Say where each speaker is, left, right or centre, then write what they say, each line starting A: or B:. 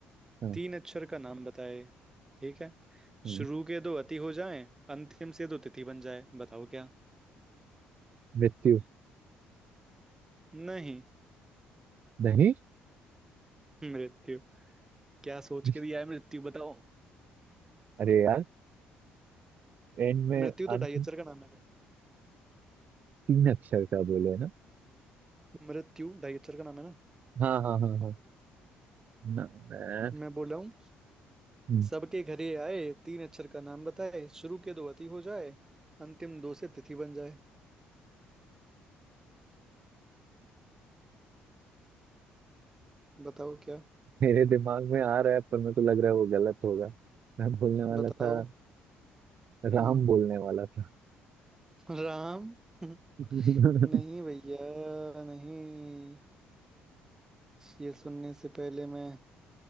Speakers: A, on the right; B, on the right.
A: हाँ
B: तीन अक्षर का नाम बताए ठीक है
A: हाँ,
B: शुरू के दो अति हो जाएं अंतिम से दो तिथि बन जाए बताओ क्या
A: मृत्यु
B: नहीं
A: नहीं
B: मृत्यु क्या सोच
A: <laughs>
B: के दिया है मृत्यु बताओ
A: अरे यार एंड में
B: मृत्यु तो
A: अंत
B: ढाई अक्षर का नाम है
A: तीन अक्षर का बोले ना
B: मृत्यु ढाई अक्षर का नाम है ना
A: हाँ हाँ हाँ हाँ ना मैं
B: मैं बोला हूँ
A: हम्म,
B: सबके घर ये आए तीन अक्षर का नाम बताए शुरू के दो अति हो जाए अंतिम दो से तिथि बन जाए बताओ क्या
A: मेरे दिमाग में आ रहा है पर मेरे को लग रहा है वो गलत होगा मैं बोलने वाला
B: बताओ
A: था राम
B: हम्म
A: बोलने वाला था
B: राम <laughs>
A: <laughs>
B: नहीं भैया नहीं ये सुनने से पहले मैं